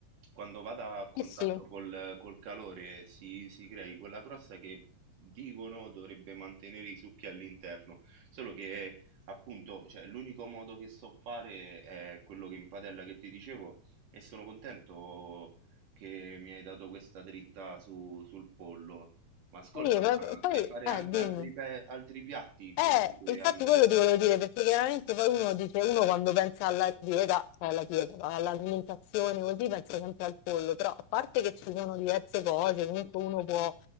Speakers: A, on the right; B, on the left.
A: quando vada a contatto
B: Eh sì,
A: col, col calore si, si crei quella crosta che dicono dovrebbe mantenere i succhi all'interno, solo che appunto, cioè, l'unico modo che so fare è quello che in padella che ti dicevo e sono contento che mi hai dato questa dritta su- sul pollo. Ma ascolta,
B: sì,
A: ma
B: ma- poi...
A: sai fare
B: Eh,
A: anche
B: dimmi.
A: altri, pe- altri piatti così
B: Eh,
A: che
B: infatti
A: hanno...
B: quello ti volevo dire, perché chiaramente poi uno dice, uno quando pensa alla dieta, cioè alla dieta, no? all'alimentazione così, pensa sempre al pollo, però a parte che ci sono diverse cose, comunque uno può